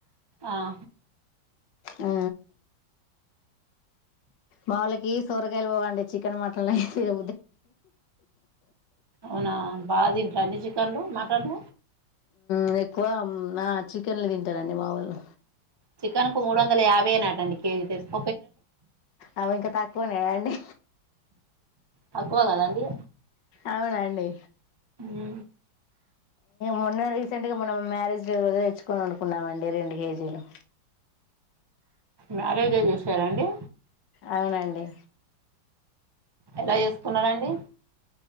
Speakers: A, on the right (about 15°); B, on the left (about 70°).
A: ఆా
B: ఆ మాములకి సొరగాయలు పోవండి చికెన్ మటన్లు అయిద్ద
A: అవునా బా ఇ ఫ డు మాట్లాడు
B: మ్ ఎక్కువ నా చికెన్లు తింటారండి మా వాళ్ళు
A: చికెన్ కు మూడు వందల యాభై అనాటండి కేజీ తెస్త
B: అవు ఇంకా తక్కువనే అండి
A: తక్కువ కదాండి
B: అవునా అండి
A: మ్
B: మొన్న రీసెంట్ గా మనం మ్యారేజ్ తెచ్చుకని వండుకున్నామండి రెండు కేజీలు
A: మ్యారేజే చేసాసరాండి
B: అవునండి
A: ఎలా చేసుకున్నారండి